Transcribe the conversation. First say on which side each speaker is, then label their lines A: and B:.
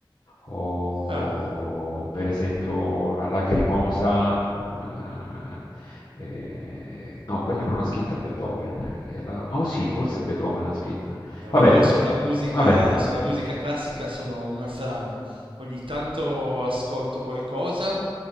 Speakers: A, on the left (about 55°); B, on the right (about 85°).
A: o
B: Ah,
A: per esempio la Lacrimosa, eh, eh, no, quella non l'ha scritta Beethoven, eh, la- oh sì, forse Beethoven l'ha scritta,
B: no,
A: vabbè,
B: io sulla musica,
A: vabbè.
B: sulla musica classica sono una frana. Ogni tanto ascolto qualcosa,